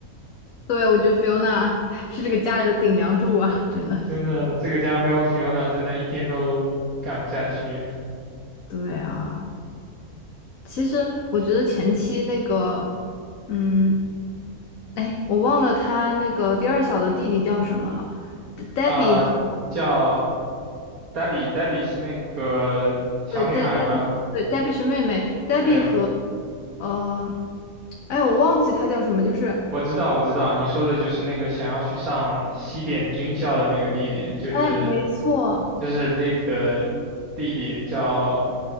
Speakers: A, on the left; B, on the right.
A: 对，我觉得 Fiona <laughs> 是这个家里的顶梁柱啊，真的。
B: 真的这个家没有 Fiona，真的一天都干不下去。
A: 对啊，其实我觉得前期那个，嗯，哎，我忘了他那个第二小的弟弟叫什么了，De-，Debbie
B: 啊、
A: 和
B: 叫 Debbie，Debbie 是那个小女孩吧？
A: 对 De Debbie 对 Debbie 是妹妹，Debbie
B: 对，
A: 和呃，哎，我忘记他叫什么，就是
B: 我知道，我知道，你说的就是那个想要去上西点军校的那个弟弟，就是
A: 哎，没错，
B: 就是 Lip 的弟弟叫